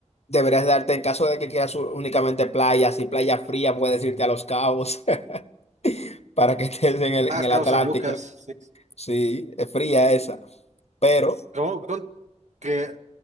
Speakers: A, on the left; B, on the right.
A: deberías darte, en caso de que quieras u- únicamente playas y playa fría, puedes irte a Los Cabos <laughs> para que estés en el,
B: Ah,
A: en
B: es
A: el
B: Cabo
A: Atlántico.
B: San Lucas. Sí.
A: Sí, es fría esa. Pero
B: Como- con- que